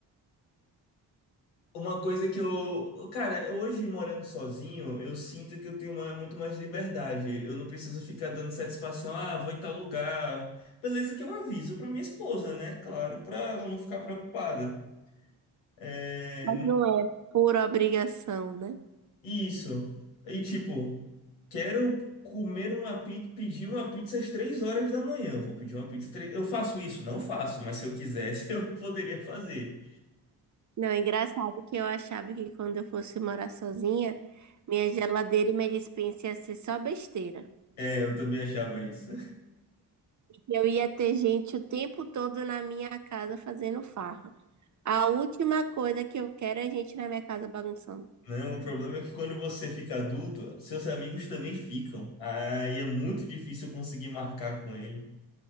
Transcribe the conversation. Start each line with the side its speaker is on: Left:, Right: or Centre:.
Left: Uma coisa que eu, cara, hoje morando sozinho, eu sinto que eu tenho uma- muito mais liberdade. Eu não preciso ficar dando satisfação, ah, vou em tal lugar. Beleza que eu aviso pra minha esposa, né? Claro, pra ela não ficar preocupada. É,
Right: Mas não é por obrigação, né?
Left: isso. E tipo, quero comer uma pizza, pedir uma pizza às três horas da manhã. Eu Vou pedir uma pizza três... Eu faço isso? Não faço, mas se eu quisesse, <laughs> eu poderia fazer.
Right: Não, é engraçado que eu achava que quando eu fosse morar sozinha, minha geladeira e minha despensa ia ser só besteira.
Left: É, eu também achava isso.
Right: Eu ia ter gente o tempo todo na minha casa fazendo farra. A última coisa que eu quero é gente na minha casa bagunçando.
Left: Não, o problema é que quando você fica adulto, seus amigos também ficam. Aí é muito difícil conseguir marcar com ele.